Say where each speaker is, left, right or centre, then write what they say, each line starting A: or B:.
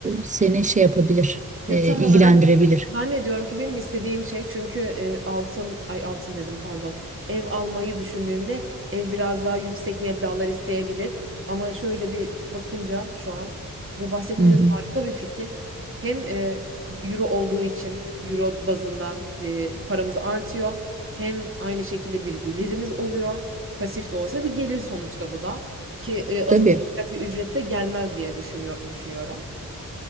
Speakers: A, on the right; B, on the right.
A: seni şey yapabilir, e,
B: Ya tam
A: ilgilendirebilir.
B: olarak zannediyorum ki benim istediğim şey çünkü e, altın ay altın dedim pardon ev almayı düşündüğümde ev biraz daha yüksek meblağlar isteyebilir ama şöyle bir bakınca şu an bu bahsettiğiniz
A: Hı hı,
B: harika bir fikir. Hem e, euro olduğu için euro bazında e, paramız artıyor hem aynı şekilde bir gelirimiz oluyor pasif de olsa bir gelir sonuçta bu da ki e, azımsanacak
A: tabii.
B: bir ücrette gelmez diye düşünüyor düşünüyorum.